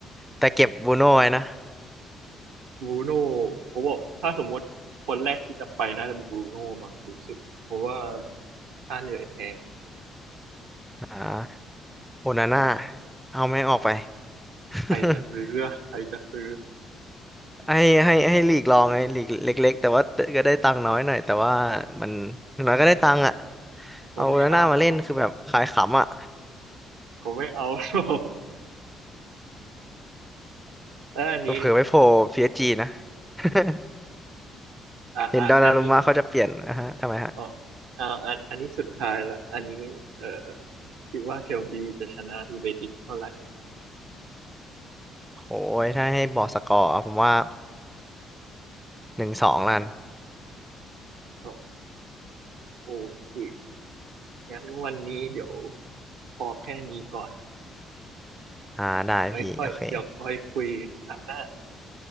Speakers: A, in the centre; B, on the right.
A: แต่เก็บบูโน่ไว้นะ
B: บรูโน่ผมบอกถ้าสมมติคนแรกที่จะไปน่าจะบรูโน่มั้งรู้สึกเพราะว่าค่าเหนื่อยแพง
A: อ่าโอนาน่า
B: อืม
A: เอาแม่งออกไป <laughs>
B: ใครจะซื้ออะใครจะซื้อ
A: ให้ให้ให้ลีกลองไงลีกเล็กๆแต่ว่าก็ได้ตังค์น้อยหน่อยแต่ว่ามันอย่างน้อยก็ได้ตังค์อ่ะ
B: เขาไม่เอาหรอก
A: เอาโอนาน่ามาเล่นคือแบบขายขำอ่ะ
B: เขาไม่เอาหรอก <laughs> แล้วอันนี้เอ่อ
A: เผลอๆไปโผล่ PSG นะ <laughs>
B: อ่าอ่าอันนี้
A: เห็นดอนนารุมะเขาจะเปลี่ยนนะฮะทำไมฮะ
B: อ๋ออ่าอันอันนี้สุดท้ายละอันนี้เอ่อคิดว่าเชลซีจะชนะยูไนเต็ดเท่าไหร่
A: โอ้ยถ้าให้บอกสกอร์ผมว่าหนึ่งสองลัน
B: ก็โอเคงั้นวันนี้เดี๋ยวพอแค่นี้ก่อนนะ
A: อ่าได้พี่โอเค
B: เดี๋ยวไว้ค่อยเดี๋ยวค่อยคุยหลังหน้า